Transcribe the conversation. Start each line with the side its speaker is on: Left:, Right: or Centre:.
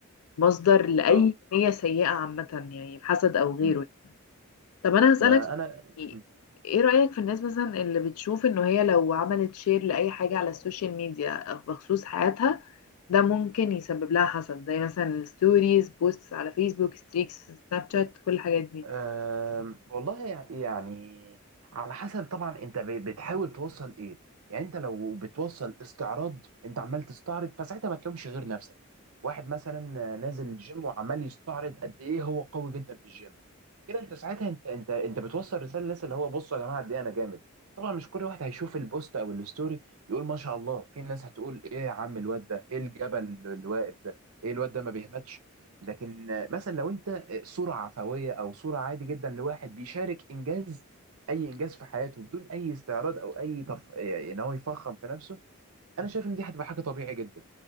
Left: مصدر لأي
Right: اه
Left: نية سيئة عامة يعني الحسد أو غيره
Right: امم
Left: طب أنا هسألك
Right: ما
Left: سؤال
Right: انا
Left: يعني
Right: مم.
Left: إيه رأيك في الناس مثلا اللي بتشوف إنه هي لو عملت شير لأي حاجة على السوشيال ميديا بخصوص حياتها ده ممكن يسبب لها حسد زي مثلا الستوريز بوستس على فيسبوك ستريكس سناب شات كل الحاجات دي
Right: أم، والله يع- يعني على حسب طبعا انت ب- بتحاول توصل ايه يعني انت لو بتوصل استعراض انت عمال تستعرض فساعتها ما تلومش غير نفسك واحد مثلا نازل الجيم وعمال يستعرض قد ايه هو قوي جدا في الجيم كده انت ساعتها انت انت انت بتوصل رساله للناس اللي هو بصوا يا جماعه قد ايه انا جامد طبعا مش كل واحد هيشوف البوست او الستوري يقول ما شاء الله في ناس هتقول ايه يا عم الواد ده ايه الجبل اللي واقف ده ايه الواد ده ما بيهمتش لكن آه، مثلا لو انت آه، صورة عفوية او صورة عادي جدا لواحد بيشارك انجاز اي انجاز في حياته بدون اي استعراض او اي تف... آه، ان هو يفخم في نفسه انا شايف ان دي هتبقى حاجة طبيعي جدا